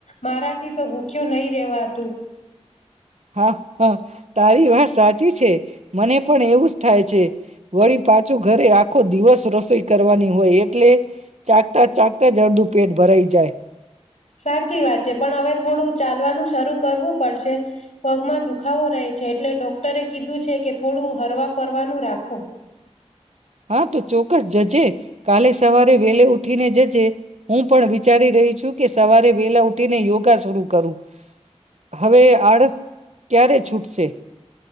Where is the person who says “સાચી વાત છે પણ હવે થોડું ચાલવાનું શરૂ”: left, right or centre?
Left